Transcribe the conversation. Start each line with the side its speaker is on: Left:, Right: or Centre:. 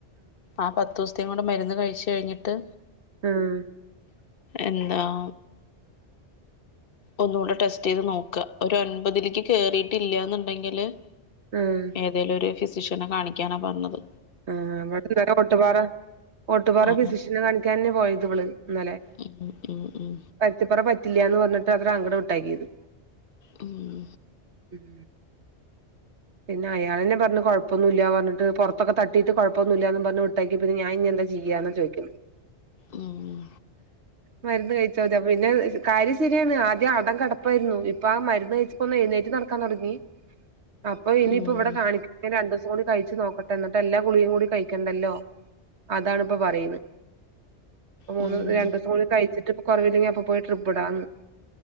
Left: ആഹ് പത്തൂസ്ത്തേം കൂടെ മെര്ന്ന് കഴിച്ച് കഴിഞ്ഞിട്ട്.
Right: ആഹ്
Left: എന്താം ഒന്നുകൂടെ ടെസ്റ്റ് ചെയ്ത് നോക്ക ഒരു അൻപതിലേക്ക് കേറിയിട്ടില്ല എന്നുണ്ടെങ്കില്.
Right: ഉം
Left: ഏതെലൊര് ഫിസിഷ്യനെ കാണിക്കാനാ പർഞ്ഞത്.
Right: ആ <unintelligible> ഓട്ടുപാറ ഓട്ടുപാറ
Left: ആ
Right: ഫിസിഷ്യന കാണിക്കാനന്നെ പോയത് ഇവള് ഇന്നലെ.
Left: ഉം ഉം ഉം
Right: പര്ത്തിപ്പറ പറ്റില്ല്യ ന്ന് പർഞ്ഞ്ട്ട് അവരങ്ങട് വിട്ടയക്കിത്
Left: ഉം
Right: ഉം പിന്നെ അയാളെന്നെ പർഞ് കൊഴപ്പൊന്നുല്ല പർഞ്ഞിട്ട് പൊറത്തൊക്കെ തട്ടിട്ട് കൊഴപ്പൊന്നുല്ലാന്നും പർഞ്ഞ് വിട്ടയ് പ്പ ത് ഞാൻ ഇഞ്ഞ് എന്താ ചെയ്യാ ന്ന ചോയ്കണെ?
Left: ഉം ഉം
Right: മര്ന്ന് കഴിച്ചാ തി പിന്നെ കാര്യം ശരിയാണ് ആദ്യം അടം കടപ്പായിരുന്നു ഇപ്പ ആ മര്ന്ന് പ്പൊ എഴുന്നേറ്റ് നടക്കാ തൊടങ്ങി. അപ്പ ഇനിയിപ്പ
Left: ഉം
Right: ഇവടെ കാണിക്ക രണ്ടു സം കൂടി കഴിച്ചു നോക്കട്ടെ എന്ന്ട്ട് എല്ലാ ഗുളിക കൂടി കഴിക്കണ്ടല്ലോ. അതാണ് പ്പ പറയ്ന്ന് മൂന്ന്
Left: ഉം
Right: രണ്ട്സം കൂടി കഴിച്ചിട്ട് കൊറവില്ലങ്കി അപ്പോ പോയി ട്രിപ്പ് ഇടാന്ന്.